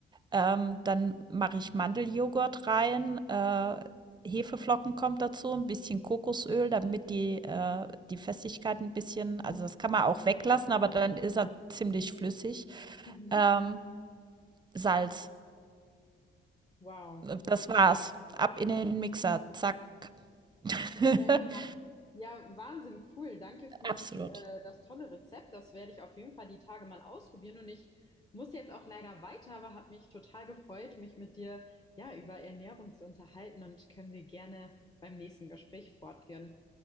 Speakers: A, on the right; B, on the left.
A: Ähm, dann mache ich Mandeljoghurt rein, äh, Hefeflocken kommt dazu, ein bisschen Kokosöl, damit die, äh, die Festigkeit ein bisschen, also das kann man auch weglassen, aber dann ist er ziemlich flüssig.
B: Mhm.
A: Ähm, Salz,
B: Wow.
A: das war's. Ab in den Mixer, zack. <laughs>
B: Schnell gemacht. Ja, Wahnsinn, cool. Danke für
A: Absolut.
B: die, äh, das tolle Rezept. Das werde ich auf jeden Fall die Tage mal ausprobieren. Und ich muss jetzt auch leider weiter, aber habe mich total gefreut, mich mit dir ja über Ernährung zu unterhalten und können wir gerne beim nächsten Gespräch fortführen.